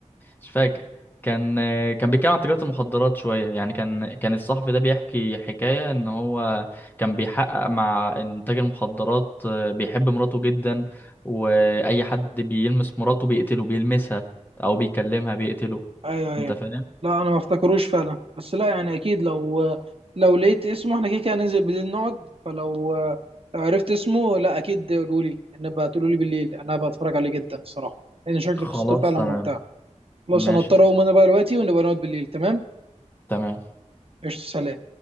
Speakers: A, on the left; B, on the right.
A: مش فاكر كان كان بيتكلم عن تجارة المخدرات شوية يعني كان كان الصحفي ده بيحكي حكاية ان هو كان بيحقق مع إن تاجر مخدرات آه، بيحب مراته جدا واي حد بيلمس مراته بيقتله بيلمسها او بيكلمها بيقتله
B: ايوه ايوه
A: انت فاهم
B: لا انا ما افتكروش فعلا بس لا يعني اكيد لو لو لقيت اسمه احنا كده كده هننزل بالليل نقعد فلو لو عرفت اسمه لا اكيد قولولي نبقى تقولولي بالليل انا بتفرج عليه جدا الصراحه لان شكل
A: خلاص
B: قصته فعلا
A: تمام
B: ممتعه
A: ماشي
B: خلاص انا هضطر
A: تمام
B: اقوم انا بقى دلوقتي ونبقى نقعد بالليل تمام
A: تمام
B: قشطة سلام